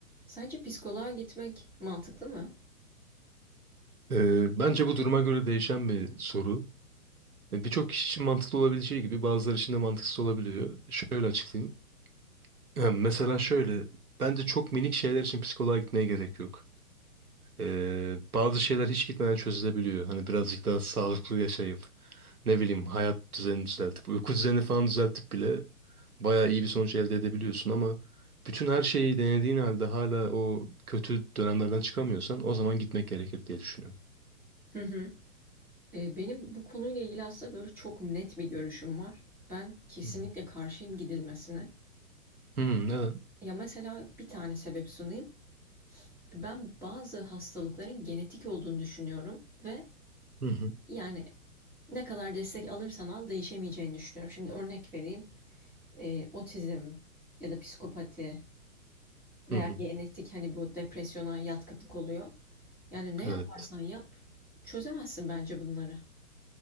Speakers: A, in the centre; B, on the right.
A: Sence psikoloğa gitmek mantıklı mı?
B: Ee, bence bu duruma göre değişen bir soru. Ee, Birçok kişi için mantıklı olabileceği gibi bazıları için de mantıksız olabiliyor. Şöyle açıklayayım. Ee, mesela şöyle, bence çok minik şeyler için psikoloğa gitmeye gerek yok. Ee, bazı şeyler hiç gitmeden çözülebiliyor. Hani birazcık daha sağlıklı yaşayıp, ne bileyim hayat düzenini düzeltip, uyku düzenini falan düzeltip bile bayağı iyi bir sonuç elde edebiliyorsun ama bütün her şeyi denediğin halde hala o kötü dönemlerden çıkamıyorsan o zaman gitmek gerekir diye düşünüyorum.
A: Hı hı. Ee, benim bu konuyla ilgili aslında böyle çok net bir görüşüm var. Ben kesinlikle
B: Hı hı.
A: karşıyım gidilmesine.
B: Hmm, neden?
A: Ya mesela bir tane sebep sunayım. Ben bazı hastalıkların genetik olduğunu düşünüyorum ve
B: Hı hı.
A: yani ne kadar destek alırsan al değişemeyeceğini düşünüyorum. Şimdi örnek vereyim. Ee, otizm ya da psikopati veya
B: Hı hı,
A: genetik hani bu depresyona yatkınlık oluyor. Yani ne yaparsan
B: evet.
A: yap çözemezsin bence bunları.